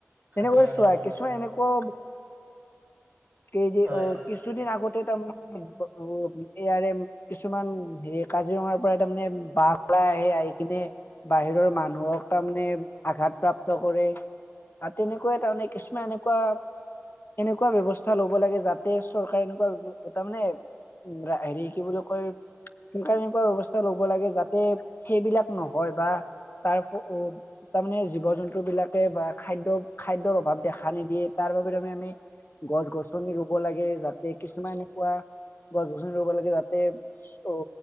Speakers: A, on the right; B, on the left.
A: হাতী
B: এনেকুৱা
A: মানুহৰ
B: চোৱা
A: সংঘাত
B: কিছুমান এনেকুৱা কেই যে
A: হয়
B: অ কিছুদিন আগত তাৰমানে উ এইয়াৰে কিছুমান হেৰি কাজিৰঙাৰ পৰা তাৰমানে বাঘ ওলাই আহে আহি কিনে বাহিৰৰ মানুহক তাৰমানে আঘাত প্ৰাপ্ত কৰে বা তেনেকুৱাই তাৰমানে কিছুমান এনেকুৱা এনেকুৱা ব্যৱস্থা লব লাগে যাতে চৰকাৰে এনেকুৱা তাৰমানে হেৰি কি বুলি কয় চৰকাৰে এনেকুৱা ব্যৱস্থা লব লাগে যাতে সেইবিলাক নহয় বা তাৰ তাৰমানে জীৱ জন্তু বিলাকে বা খাদ্য খাদ্যৰ অভাৱ দেখা নিদিয়ে তাৰ বাবে আমি আমি গছ গছনি ৰুব লাগে যাতে কিছুমান এনেকুৱা গছ গছনি ৰুব লাগে যাতে অ